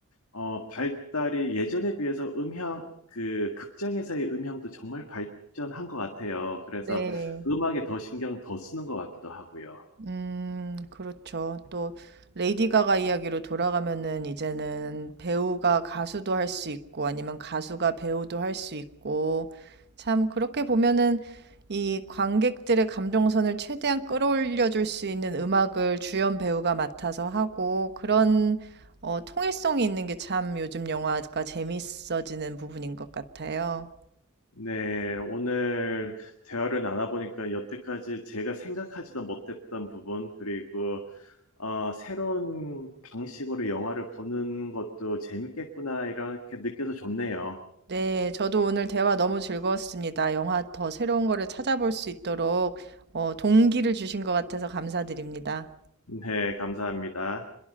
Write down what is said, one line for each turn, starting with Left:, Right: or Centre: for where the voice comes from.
Left: 어, 발달이 예전에 비해서 음향, 그 극장에서의 음향도 정말 발전한 것 같아요. 그래서
Right: 네.
Left: 음악에 더 신경 더 쓰는 것 같기도 하고요.
Right: 음, 그렇죠. 또 레이디 가가 이야기로 돌아가면은 이제는 배우가 가수도 할 수 있고 아니면 가수가 배우도 할 수 있고 참 그렇게 보면은 이 관객들의 감정선을 최대한 끌어올려 줄 수 있는 음악을 주연 배우가 맡아서 하고 그런 어, 통일성이 있는 게 참 요즘 영화가 재밌어지는 부분인 것 같아요.
Left: 네, 오늘 대화를 나눠보니까 여태까지 제가 생각하지도 못했던 부분, 그리고 어, 새로운 방식으로 영화를 보는 것도 재밌겠구나, 이렇게 느껴서 좋네요.
Right: 네, 저도 오늘 대화 너무 즐거웠습니다. 영화 더 새로운 거를 찾아볼 수 있도록 어, 동기를 주신 것 같아서 감사드립니다.
Left: 네, 감사합니다.